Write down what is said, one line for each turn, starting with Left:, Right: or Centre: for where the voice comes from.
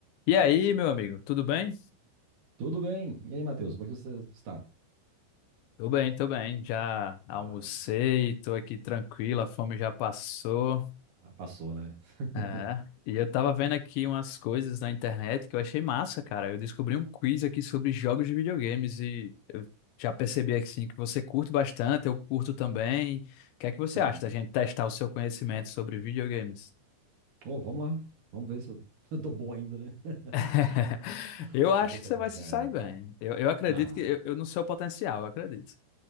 Left: E aí, meu amigo, tudo bem?
Right: Tudo bem? E aí, Matheus, como é que você está?
Left: Tô bem, tô bem. Já almocei,
Right: Ah,
Left: tô aqui tranquilo, a fome já passou.
Right: ah, passou, né? <laughs>
Left: É. E eu tava vendo aqui umas coisas na internet que eu achei massa, cara. Eu descobri um quiz aqui sobre jogos de videogames e eu já percebi aqui sim, que você curte bastante, eu curto também. O que é que você
Right: Sim.
Left: acha da gente testar o seu conhecimento sobre videogames?
Right: Oh, vamos lá. Vamos ver se eu, <laughs> eu tô bom ainda, né? <laughs>
Left: <laughs> Eu
Right: Ou
Left: acho
Right: se eu estou
Left: que
Right: ferrujado.
Left: você vai se sair bem. Eu, eu acredito
Right: Ah,
Left: que eu, eu no seu potencial, eu acredito.